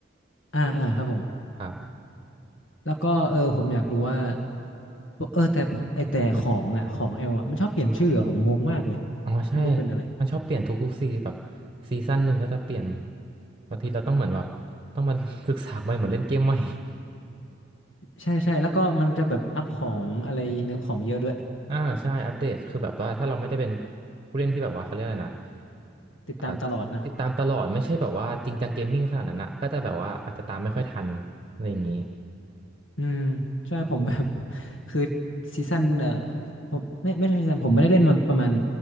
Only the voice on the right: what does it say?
ครับ
อ๋อใช่
มันชอบเปลี่ยนทุกๆซีแบบซีซั่นหนึ่งก็จะเปลี่ยนบางทีเราต้องเหมือนแบบต้องมา <laughs> ศึกษาใหม่เหมือนเล่นเกมใหม่
<laughs> อ่าใช่อัปเดตคือแบบว่าถ้าเราไม่ได้เป็นผู้เล่นที่แบบว่าเขาเรียกอะไรนะ
อ่าติดตามตลอดไม่ใช่แบบว่าจริงจังเกมมิ่งขนาดนั้นอ่ะก็จะแบบว่าอาจจะตามไม่ค่อยทันอะไรอย่างงี้